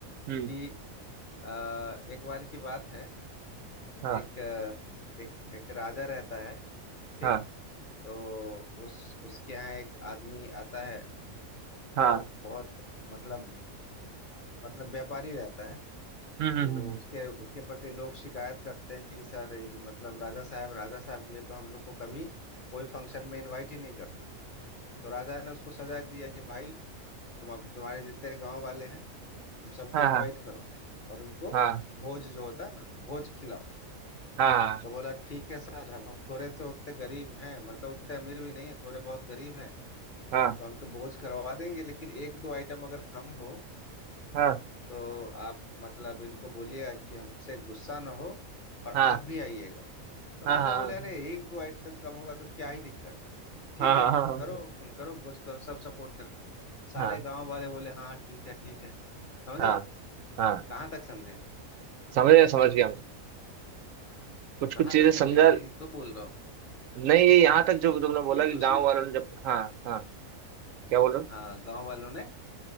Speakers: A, on the right (about 70°); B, on the left (about 45°).
A: हम्म
B: कि अ, एक बार की बात है
A: हाँ
B: एक अ, एक एक राजा रहता है ठीक
A: हाँ
B: तो उस उसके यहाँ एक आदमी आता है
A: हाँ
B: और बहुत मतलब मतलब व्यापारी रहता है
A: हम्म हम्म
B: तो वो
A: हम्म,
B: उसके उसके प्रति लोग शिकायत करते हैं कि सर ये मतलब राजा साहब राजा साहब ये तो हम लोग को कभी कोई फंक्शन में इनवाइट ही नहीं करता तो राजा ने उसको सजा दिया कि भाई तुम अब तुम्हारे जितने गांव वाले हैं तुम सबको
A: हाँ
B: इनवाइट
A: हाँ
B: करो और उनको
A: हाँ
B: भोज जो होता है ना भोज खिलाओ
A: हाँ
B: तो बोला ठीक है सर अब हम थोड़े से उतने गरीब हैं मतलब उतने अमीर भी नहीं है थोड़े बहुत गरीब हैं
A: हाँ
B: तो हम तो भोज करवा देंगे लेकिन एक दो आइटम अगर कम हो
A: हाँ
B: तो आप मतलब इनको बोलिएगा कि हमसे गुस्सा ना हो और
A: हाँ
B: आप भी आइएगा तो राजा
A: हाँ हाँ
B: बोले अरे एक दो आइटम कम होगा तो क्या ही दिक्कत ठीक
A: हाँ
B: है
A: हाँ हाँ
B: करो तुम करो भोज करो सब सपोर्ट करेंगे सारे
A: हाँ हाँ
B: गांव वाले बोले हाँ हाँ, ठीक है ठीक है समझे
A: हाँ, हाँ,
B: कहाँ तक समझे
A: समझ गया समझ गया मैं कुछ कुछ
B: कहाँ
A: चीजें
B: तक समझे
A: समझा
B: वही तो बोल रहा हूँ
A: नहीं ये यहाँ तक जो तुमने बोला
B: कि
A: कि गांव
B: उसने
A: वालों ने जब हाँ हाँ क्या बोल रहे हो
B: हाँ गांव वालों ने